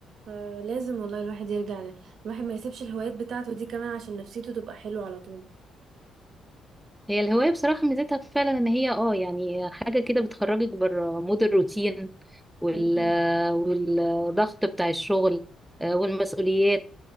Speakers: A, on the right; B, in the centre.
A: فلازم والله الواحد يرجع ل... الواحد ما يسيبش الهوايات بتاعته دي كمان عشان نفسيته تبقى حلوة على طول
B: هي الهواية بصراحة ميزتها فعلا ان هي اه يعني حاجة كده بتخرجك بره مود الروتين وال
A: مم.
B: والضغط بتاع الشغل آه، والمسؤوليات